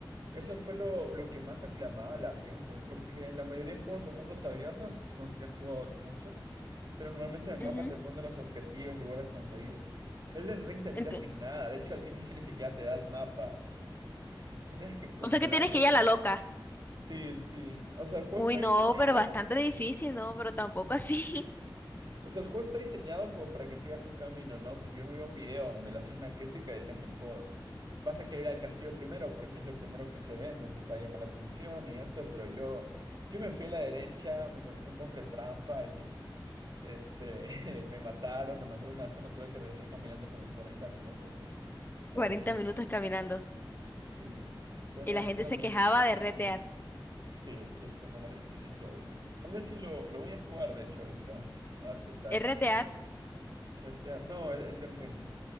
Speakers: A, on the right; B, on the left.
A: Eso fue lo, lo que más aclamaba a la gente, porque en la mayoría de juegos de mundos abiertos, no sé si has jugado muchos, pero normalmente en el
B: Ujú.
A: mapa te pone los objetivos, lugares donde ir. Elden Ring te tira
B: Ento-
A: sin nada, de hecho al <laughs> inicio ni siquiera te da el mapa. Tienes que encontrarlo.
B: O sea que tienes que ir a la loca.
A: Sí, sí. O sea, el juego
B: Uy,
A: está
B: no,
A: diseñado.
B: pero bastante difícil, ¿no? Pero tampoco así.
A: O sea, el juego está diseñado como para que sigas un camino, ¿no? Porque yo me vi un video donde le hacían una crítica y decían que el juego vas a querer ir al castillo primero porque es lo primero que se ve, entonces te va a llamar la atención y eso, pero yo, yo me fui a la derecha, me encontré un cofre trampa y este <laughs> me mataron, me mandaron a una zona, tuve que regresar caminando como en 40 minutos y
B: <laughs>
A: eso
B: 40
A: es.
B: minutos caminando.
A: Sí. Fue
B: Y
A: una,
B: la gente
A: fue una
B: se
A: mala
B: quejaba
A: experiencia.
B: de Red Dead.
A: Sí, sí, fue una mala experiencia, pero. Tal vez sí lo, lo voy a jugar, de hecho, ahorita. A ver qué tal.
B: ¿El Red Dead?
A: Red Dead. No, el Elden Ring.